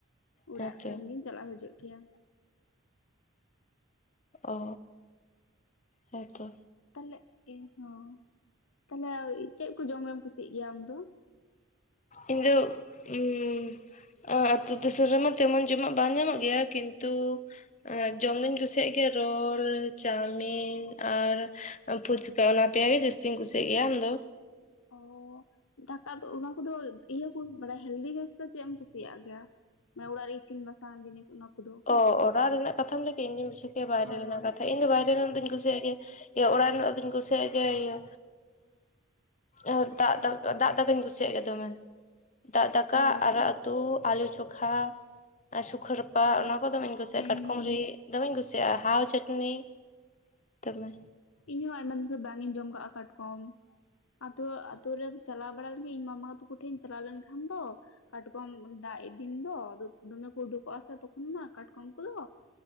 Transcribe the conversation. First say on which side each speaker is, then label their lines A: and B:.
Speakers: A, on the left; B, on the left.
A: ᱚᱲᱟᱜ
B: ᱦᱮᱸᱛᱚ
A: ᱠᱷᱚᱱ ᱜᱤᱧ ᱪᱟᱞᱟᱜ ᱦᱤᱡᱩᱜ ᱜᱮᱭᱟ
B: ᱚ ᱦᱮᱸᱛᱚ
A: ᱛᱟᱦᱚᱞᱮ ᱮᱦᱚᱸ ᱛᱟᱦᱚᱞᱮ ᱪᱮᱫ ᱠᱚ ᱡᱚᱢᱮᱢ ᱠᱩᱥᱤᱭᱟᱜ ᱜᱮᱭᱟ ᱟᱢ ᱫᱚ
B: ᱤᱧᱫᱚ ᱦᱩᱸ ᱚ ᱟᱹᱛᱩ ᱫᱤᱥᱚᱢ ᱨᱮᱢᱟ ᱛᱮᱢᱚᱱ ᱡᱚᱢᱟᱜ ᱵᱟᱝ ᱧᱟᱢᱚᱜ ᱜᱮᱭᱟ ᱠᱤᱱᱛᱩ ᱟᱨ ᱡᱚᱢ ᱫᱩᱧ ᱠᱩᱥᱤᱭᱟᱜ ᱜᱮᱭᱟ ᱨᱳᱞ ᱪᱟᱣᱢᱤᱱ ᱟᱨ ᱯᱷᱩᱪᱠᱟ ᱚᱱᱟᱛᱮ ᱡᱟᱹᱥᱛᱤᱧ ᱠᱩᱥᱤᱭᱟᱜ ᱜᱮᱭᱟ ᱟᱢᱫᱚ
A: ᱚ ᱫᱟᱠᱟ ᱫᱚ ᱚᱱᱟ ᱠᱚᱫᱚ ᱤᱭᱟᱹ ᱵᱟᱲᱟᱭᱟ ᱠᱚ ᱦᱮᱞᱫᱤ ᱡᱤᱱᱤᱥ ᱫᱚ ᱪᱮᱫ ᱮᱢ ᱠᱩᱥᱤᱭᱟᱜ ᱜᱮᱭᱟ ᱢᱟᱱᱮ ᱚᱲᱟᱜ ᱤᱥᱤᱱ ᱵᱟᱥᱟᱱ ᱡᱤᱱᱤᱥ ᱚᱱᱟ ᱠᱚᱫᱚ
B: ᱚ ᱚᱲᱟᱜ ᱨᱮᱱᱟᱜ ᱠᱟᱛᱷᱟᱢ ᱞᱟᱹᱭ ᱠᱮᱫ ᱤᱧᱫᱚᱧ ᱵᱩᱪᱷᱟᱹ ᱠᱮᱭᱟ ᱵᱟᱭᱨᱮ
A: ᱦᱳᱭ
B: ᱨᱮᱱᱟᱜ
A: ᱦᱳᱭ
B: ᱠᱟᱛᱷᱟ ᱤᱧᱫᱚ ᱵᱟᱭᱨᱮ ᱨᱮᱱᱟᱜ ᱫᱚᱧ ᱠᱩᱥᱤᱭᱟᱜ ᱜᱮᱭᱟ ᱦᱩᱸ ᱤᱭᱟ. ᱚᱲᱟᱜ ᱨᱮᱱᱟᱜ ᱫᱚᱧ ᱠᱩᱥᱤᱭᱟᱜ ᱜᱮ ᱤᱭᱟᱹ ᱟᱨ ᱫᱟᱜ ᱫᱟᱠᱟ ᱫᱟᱜ ᱫᱟᱠᱟᱧ ᱠᱩᱥᱤᱭᱟᱜ ᱜᱮ ᱫᱚᱢᱮ ᱫᱟᱜ ᱫᱟᱠᱟ
A: ᱚ
B: ᱟᱨᱟᱜ ᱩᱛᱩ ᱟᱞᱩ ᱪᱚᱠᱷᱟ ᱥᱩᱠᱷᱟᱹ ᱨᱟ
A: ᱟᱪᱪᱷᱟ
B: ᱵᱟ ᱚᱱᱟ ᱠᱚ ᱫᱚᱢᱮᱧ ᱠᱩᱥᱤᱭᱟᱜᱼᱟ
A: ᱦᱩᱸ
B: ᱠᱟᱴᱠᱚᱢ
A: ᱦᱩᱸ
B: ᱨᱤᱫ ᱫᱚᱢᱮᱧ ᱠᱩᱥᱤᱭᱟᱜᱼᱟ ᱦᱟᱣ ᱪᱟᱹᱴᱱᱤ ᱛᱚᱢᱮ
A: ᱤᱧᱦᱚᱸ ᱟᱭᱢᱟ ᱫᱤᱱ ᱠᱷᱚᱱ ᱵᱟᱝ ᱤᱧ ᱡᱚᱢ ᱠᱟᱜᱼᱟ ᱠᱟᱴᱠᱚᱢ ᱟᱫᱚ ᱟᱛᱩ ᱨᱮᱢ ᱪᱟᱞᱟᱣ ᱵᱟᱲᱟ ᱞᱤᱜᱤᱫ ᱤᱧ ᱢᱟᱢᱟᱜᱚ ᱛᱟᱠᱚ ᱴᱷᱮᱱ ᱤᱧ ᱪᱟᱞᱟᱣ ᱞᱮᱱᱠᱷᱟᱱ ᱫᱚ ᱠᱟᱴᱠᱚᱢ ᱫᱟᱜ ᱫᱤᱱ ᱫᱚ ᱫᱚᱢᱮ ᱠᱚ ᱩᱰᱩᱠᱚᱜ ᱟ ᱥᱮ ᱛᱚᱠᱷᱚᱱ ᱢᱟ ᱠᱟᱴᱠᱚᱢ ᱠᱚᱫᱚ